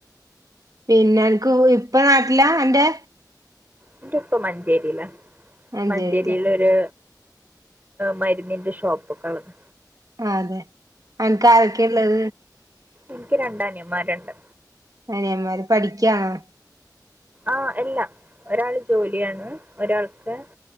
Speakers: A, on the right; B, on the right.
A: പിന്നെ അനക്ക് ഇപ്പ നാട്ടിലാ അന്റെ
B: എന്റെ ഇപ്പ മഞ്ചേരിലാ
A: മഞ്ചേരിയിലാ
B: മഞ്ചേരിലൊര് മരുന്നിന്റെ ഷോപ്പക്കെള്ളത്
A: അതെ അനക്ക് ആരൊക്കെയ്ള്ളത്?
B: എനിക്ക് രണ്ട് അനിയൻമാര്ണ്ട്
A: അനിയൻമാര് പഠിക്കാണോ
B: ആഹ് എല്ല ഒരാള് ജോലിയാണ് ഒരാൾക്ക്